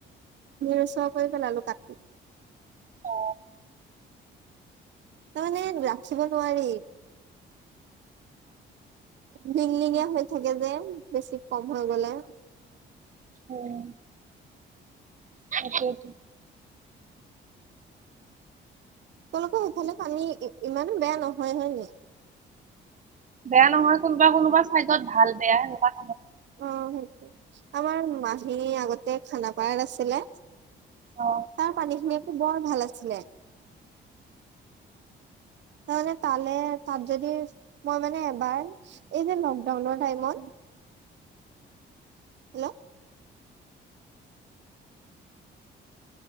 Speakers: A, on the right; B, on the right.
A: <unintelligible> কৰি পেলালো কাটি।
B: অ
A: ত মানে ৰাখিব নোৱাৰি। লিংলিঙীয়া হৈ থাকে যে, বেছি কম হৈ গলে।
B: অ। <inaudible> সাকাকে <unintelligible>
A: তেওঁলোকৰ সেইফালে পানী ইমানো বেয়া নহয় হয় নাই?
B: বেয়া নহয়। কোনোবা কোনোবা ছাইডত ভাল বেয়া এনেকুৱা।
A: অ সেইটো, আমাৰ মাহী আগতে খানাপাৰাত আছিলে।
B: অ
A: তাৰ পানী খিনি, বৰ ভাল আছিলে। তাৰমানে তালে তাত যদি মই মানে এবাৰ এই যে লকডাউনৰ টাইমত, হেল্ল',